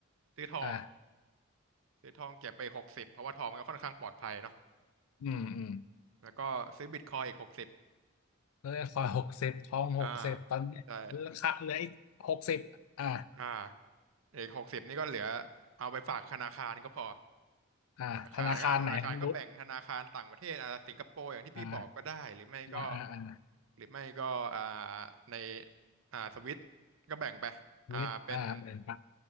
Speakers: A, on the right; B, on the left.
A: ซื้อทอง
B: อ่า
A: ซื้อทองเก็บไปหกสิบเพราะว่าทองมันก็ค่อนข้างปลอดภัยเนาะ
B: อืมอืม
A: แล้วก็ซื้อบิตคอยอีกหกสิบ
B: เออคอยหกสิบทองหกสิบตอนเนี้ยราคาเหลืออีกหกสิบอ่า
A: อ่าแต่อ่าอีกหกสิบนี่ก็เหลือเอาไปฝากธนาคารก็พอ
B: อ่าธนาคารไหนรู้
A: ธนาคารก็อ่ะธนาคารก็แบ่งธนาคารต่างประเทศอ่ะสิงคโปร์อย่างที่พี่บอกก็ได้หรือไม่ก็
B: อ่ะอ่าอ่าอ่า
A: หรือไม่ก็อ่าในอ่าสวิตก็แบ่งไปอ่าเป็น
B: รู้อ่าเปลี่ยนไป